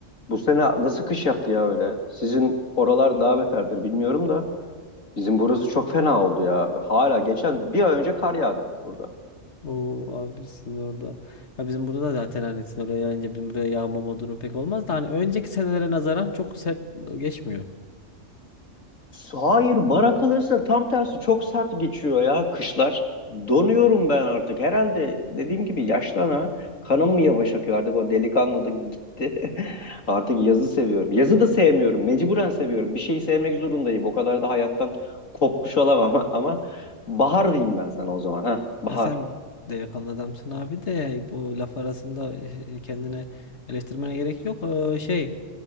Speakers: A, on the left; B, on the left.
A: bu sene nasıl kış yaptı ya öyle? Sizin oralar daha beterdir bilmiyorum da. Bizim burası çok fena oldu ya. Hala geçen bir ay önce kar yağdı burada.
B: Oo abi sizin orada. Ya bizim burada da zaten hani sizin oraya yayınca bizim buraya yağmama durum pek olmaz da hani önceki senelere nazaran çok sert geçmiyor.
A: Hayır, bara kalırsa tam tersi çok sert geçiyor ya kışlar. Donuyorum ben artık. Herhalde dediğim gibi yaştan ha. Kanım mı yavaş akıyor artık o delikanlılık gitti. <laughs> Artık yazı seviyorum. Yazı da sevmiyorum. Mecburen seviyorum. Bir şeyi sevmek zorundayım. O kadar da hayattan kopmuş olamam <laughs> ama bahar diyeyim ben sana o zaman. Ha, bahar.
B: Ya sen delikanlı adamsın abi de yani bu laf arasında e, kendine eleştirmene gerek yok. Ee, şey